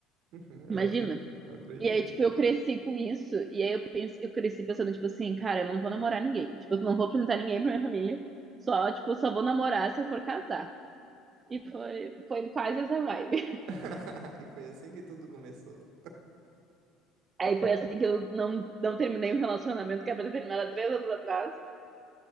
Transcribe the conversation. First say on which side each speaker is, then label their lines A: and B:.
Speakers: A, on the right; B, on the right.
A: <laughs> Eu
B: Imagina.
A: acredito, eu acredito.
B: E aí, tipo, eu cresci com isso. E aí eu penso, eu cresci pensando, tipo assim, cara, eu não vou namorar ninguém. Tipo, eu não vou apresentar ninguém pra minha família. Só, tipo, só vou namorar se eu for casar. E foi, foi quase essa vibe.
A: <laughs> E foi assim que tudo começou.
B: Aí foi assim que eu não, não terminei um relacionamento que era pra ter terminado há três anos atrás.